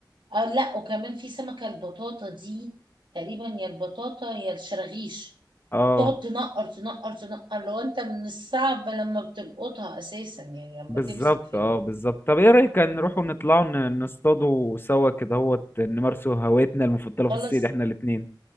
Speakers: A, on the right (about 85°); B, on the left (about 30°).
A: اه لا وكمان في سمكة البطاطا دي تقريبا يا البطاطا يا الشراغيش
B: اه
A: تقعد تنقر تنقر تنقر لو انت من الصعب لما بتلقطها اساسا يعني لما
B: بالظبط
A: تمسك في
B: اه بالظبط طب ايه رأيك نروحوا نطلعوا ن- نصطادوا سوا كده هو نمارسوا هوايتنا المفضلة
A: خلاص
B: في الصيد احنا الاتنين